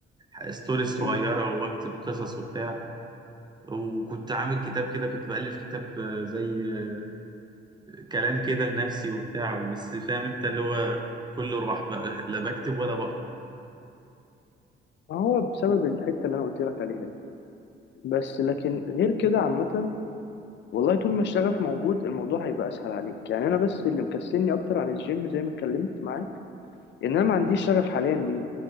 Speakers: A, on the right; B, on the left.
A: آه، ستوريز صغيره
B: مم.
A: واكتب قصص وبتاع وكنت عامل كتاب كده كنت بألف كتاب آه، زي آه، كلام كده لنفسي وبتاع بس فاهم انت اللي هو كله راح بقى لا بكتب ولا بقرا
B: ما هو بسبب الحتة اللي أنا قلت لك عليها دي بس لكن غير كده عامة والله طول ما الشغف موجود الموضوع هيبقى أسهل عليك يعني أنا بس اللي مكسلني أكتر عن الجيم زي ما اتكلمت معاك إن أنا ما عنديش شغف حاليا ليه